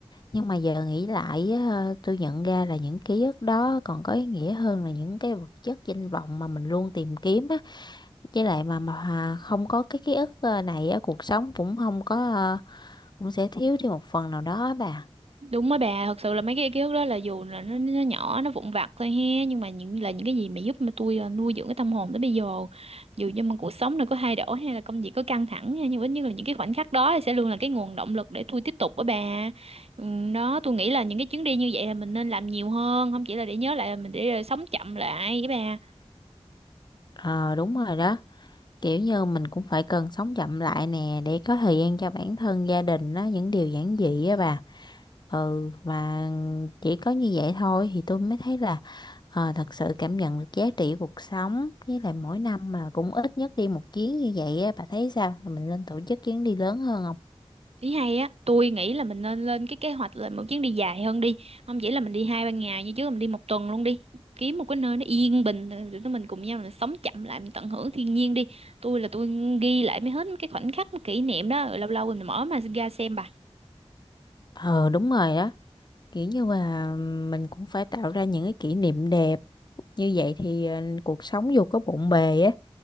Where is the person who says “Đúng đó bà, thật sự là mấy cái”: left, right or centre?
Right